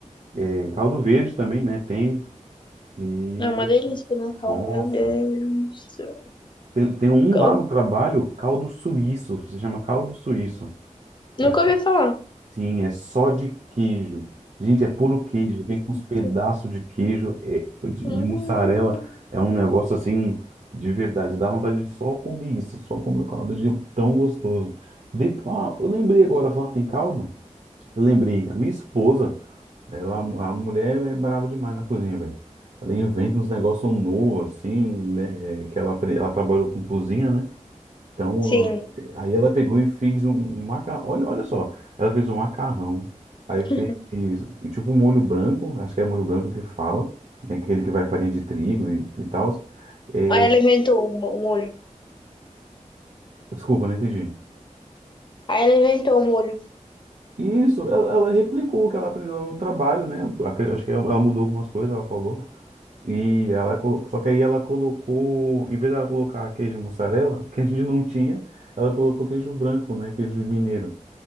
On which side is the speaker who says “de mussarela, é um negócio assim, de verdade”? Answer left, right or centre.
Right